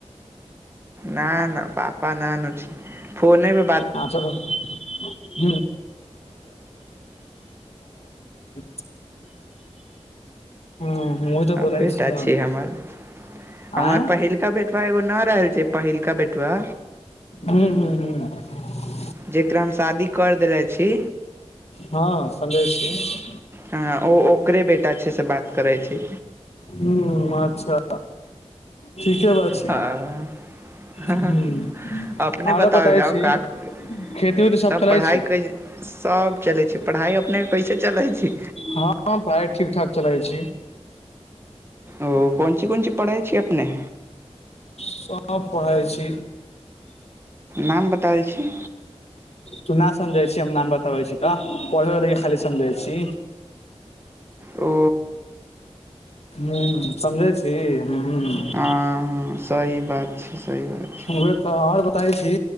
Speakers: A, on the right (about 20°); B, on the left (about 65°).
A: न न पापा ना नु छी फोन पे
B: आंसर बोल <unintelligible> हूँ मुँह तऽ बोलै
A: बेटा
B: हम
A: छी हमर हमर
B: आँय
A: पहिलका बेटा एगो न रहल छै पहिलका बेटवा
B: हू ह ह
A: जकरा हम शादी करि देले छी
B: हँ समझैय छियै
A: ह ओ ओकरे बेटा छै से बात करै छै
B: हू अच्छा ठीके बात छै
A: हाँ
B: हूँ
A: अपने बताओल
B: आरो बताबै
A: जाउ
B: छी
A: का करि
B: खेती उती सब
A: तब
B: चलै
A: पढ़ाइ
B: छी
A: कै सभ चलै छै पढ़ाइ अपनेके कैसे चलै छै
B: हँ पढ़ाइ ठीक ठाक चलै छी
A: ओ कोन ची कोन चीज पढ़ै छियै अपने
B: सभ पढ़ै छी
A: नाम बताबै छी
B: तू न समझै छी हम नाम बताबै छी तऽ पढ़ै वे के खाली समझै छी
A: ओ
B: हूंम्म समझै छी हूंम्म
A: हँ हँ सही बात छै सही बात छै
B: उहे तऽ आर बताबै छी